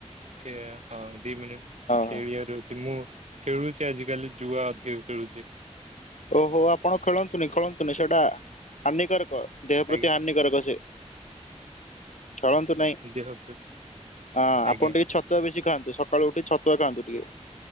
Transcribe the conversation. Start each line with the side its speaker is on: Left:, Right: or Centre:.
Right: ସେ ହଁ ଦି ମିନିଟ ଖେଳିବାର
Left: ହଁ
Right: ଅଛି। ମୁଁ ଖେଳୁଚି ଆଜିିକାଲି ଜୁଆ ଅଧିକ ଖେଳୁଚି।
Left: ଓହୋ ଆପ୍ ଆପଣ ଖେଳନ୍ତୁନି ଖେଳନ୍ତୁନି ସେଟା ହାନିକାରକ ଦେହ
Right: ଆଜ୍ଞା
Left: ପ୍ରତି ହାନିକାରକ ସେ। ଚଳନ୍ତୁ ନାହିଁ
Right: ଦେହ ପ୍ରତି-
Left: ଅଁ
Right: ଆଜ୍ଞା
Left: ଆପଣ ଟିକେ ଛତୁଆ ବେଶୀ ଖାଆନ୍ତୁ ସ ସକାଳୁ ଉଠିକି ଛତୁଆ ଖାଆନ୍ତୁ ଟିକେ